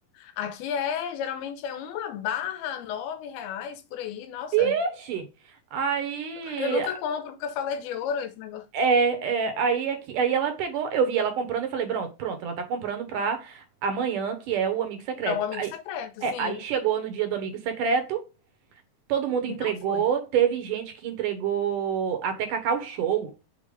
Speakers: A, on the left; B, on the right.
A: Aqui é, geralmente é uma barra nove reais por aí. Nossa,
B: Vixe! Aí.
A: eu, eu nunca compro porque eu falo é de ouro esse negócio.
B: É, é, aí, aqui, aí ela pegou, eu vi ela comprando, eu falei, pronto, pronto, ela tá comprando pra amanhã, que é o amigo secreto.
A: Para o amigo
B: Aí,
A: secreto,
B: é,
A: sim.
B: aí chegou no dia do amigo secreto, todo mundo entregou,
A: Não foi.
B: teve gente que entregou até Cacau Show.